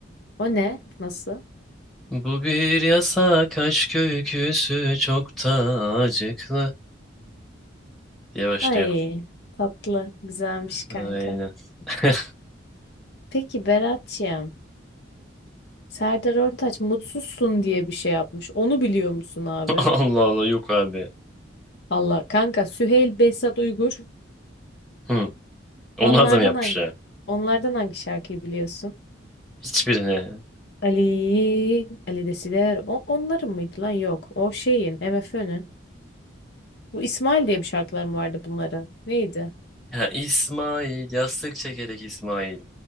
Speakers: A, on the left; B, in the centre.
A: O ne? Nasıl?
B: Bu bir yasak aşk öyküsü çok da acıklı diye başlıyor.
A: Ay tatlı güzelmiş kanka.
B: Aynen. <laughs>
A: Peki Berat'ciğim, Serdar Ortaç mutsuzsun diye bir şey yapmış. Onu biliyor musun abi?
B: Allah Allah yok abi.
A: Allah kanka Süheyl Behzat Uygur.
B: Hı. Onlar
A: Onlardan
B: da mı yapmış
A: hangi
B: ya?
A: onlardan hangi şarkıyı biliyorsun?
B: Hiçbirini.
A: Ali, Ali Desider. O, onların mıydı lan? Yok. O şeyin, MFÖ'nün. Bu İsmail diye bir şarkılar mı vardı bunların? Neydi?
B: Ha, İsmail. Yastık çekerek İsmail.